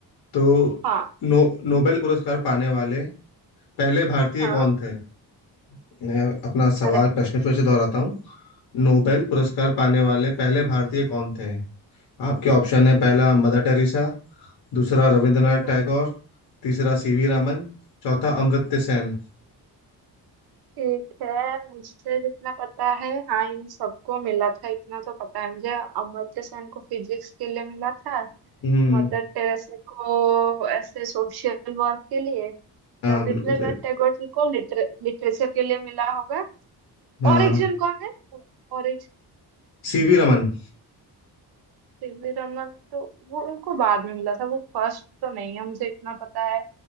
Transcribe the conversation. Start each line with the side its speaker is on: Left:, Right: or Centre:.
Left: तो
Right: हाँ
Left: नो, नोबेल पुरस्कार पाने वाले पहले भारतीय
Right: हाँ
Left: कौन थे मैं अपना सवाल
Right: अरे
Left: प्रश्न फिर से दोहराता हूँ नोबेल पुरस्कार पाने वाले पहले भारतीय कौन थे आपके ऑप्शन है पहला मदर टेरेसा दूसरा रविंद्रनाथ
Right: ठीक है
Left: टैगोर तीसरा सीवी रमन चौथा अमर्त्य सेन
Right: ठीक है मुझे जितना पता है हाँ इन सबको मिला था इतना तो पता है मुझे अमर्त्य सेन को फिजिक्स के लिए मिला था
Left: हम्म
Right: मदर टेरेसा को ऐसे सोशल वर्क के लिए
Left: हाँ
Right: रविंद्रनाथ
Left: बिल्कुल सही
Right: टैगोर जी को लिटरे, लिटरेचर के लिए मिला होगा
Left: हाँ
Right: और एक जन कौन है और
Left: सीवी रमन
Right: सीवी रमन तो वो उनको बाद में मिला था वो फर्स्ट तो नहीं है मुझे इतना पता है